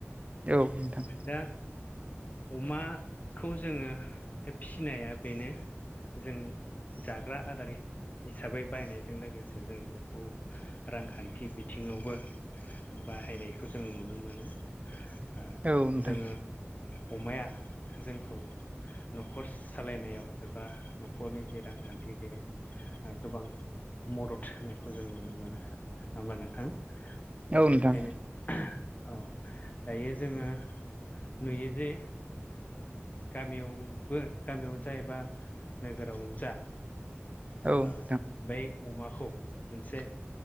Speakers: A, on the right; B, on the left.
A: औ नोंथां
B: दा अमाखौ जोंङो फिसिनाया बेनो जों जाग्रा आदार हिसाबै बायनायजों लोगोसे जोंङो बेखौ रांखान्थि बिथिङावबो बाहायनायखौ जों नुनो मोनो। ओ
A: औ नोंथां
B: जोंङो
A: उम
B: अमाया जोंखौ न'खर सालायनायाव एबा न'खरनि जे रांखान्थि बे गोबां मदद होनायखौ जों नु नो मोनो आरो होनबा नोंथां दा
A: औ नोंथां
B: बेखायनो औ दायो जोंङो नुयो जे गामियावबो गामियावनो जा एबा नोगोरावनो जा
A: औ
B: ओ बै अमाखौ मोनसे